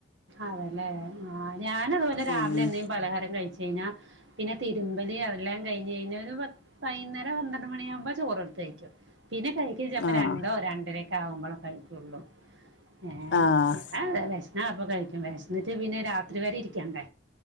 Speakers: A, on the right; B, on the left.
A: അതെലെ ആഹ് ഞാനതുപോലെ രാവിലെന്തേ
B: ഉം
A: പലഹാരം കഴിച് കയ്ഞ്ഞ പിന്നെ തിരുമ്പല് അതെല്ലാം കഴ്ഞ്ഞയ്ഞ്ഞൊരു പത്ത് വൈന്നേരം പന്ത്രണ്ട് മണിയവ്മ്പോ ചോറ്ട്ത്തഴ്ക്കും പിന്നെ കഴി ഇജപ്പൊ
B: ആഹ്
A: രണ്ടോ രണ്ടരെക്കെ ആകുമ്പളൊ കഴിക്കുള്ളൂ ഏഹ്
B: ആഹ്
A: ഞാ ദെ വെശ്ന്ന പ്പംകഴിക്കും വെശ്ന്ന്ട്ട് പിന്നെ രാത്രി വരെ ഇരിക്കണ്ടേ